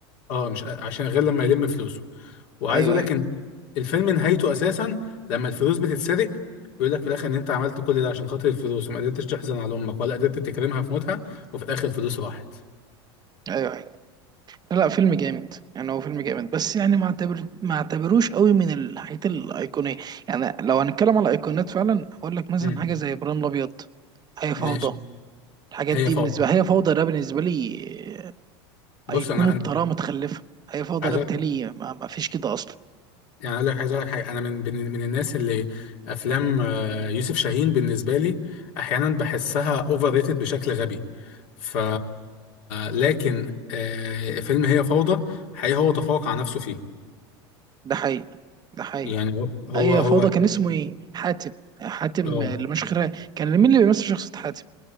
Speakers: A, on the left; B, on the right.
A: اه مش قا- عشان غير لما يلم فلوسه وعايز
B: ايوه
A: اقول
B: ايوه
A: لك ان الفيلم نهايته اساسا لما الفلوس بتتسرق بيقول لك في الاخر ان انت عملت كل ده عشان خاطر الفلوس وما قدرتش تحزن على امك ولا قدرت تكرمها في موتها وفي الاخر الفلوس راحت
B: ايوه أيوه. لا فيلم جامد يعني هو فيلم جامد بس يعني ما اعتبر ما اعتبروش قوي من الحاجات الايقونيه يعني لو هنتكلم على ايقونات فعلا هقول لك مثلا
A: امم
B: حاجه زي ابراهيم الابيض هي فوضى
A: ماشي
B: الحاجات
A: هي
B: دي
A: فوري
B: بالنسبه هي فوضى ده بالنسبه لي
A: بص
B: ايقونه
A: انا انا
B: بطريقه متخلفه هي فوضى
A: عايز
B: ده بتهيألي ما, ما فيش كده اصلا
A: يعني اقول لك عايز اقول لك حاجه انا من من من الناس اللي افلام آه، يوسف شاهين بالنسبه لي احيانا بحسها اوفر ريتد بشكل غبي ف لكن آه، فيلم هي فوضى حقيقي هو تفوق على نفسه فيه
B: ده حقيقي ده حقيقي
A: يعني هو
B: هي
A: هو هو
B: فوضى كان اسمه ايه حاتم حاتم
A: اه
B: اللي مش خير كان مين اللي بيمثل شخصيه حاتم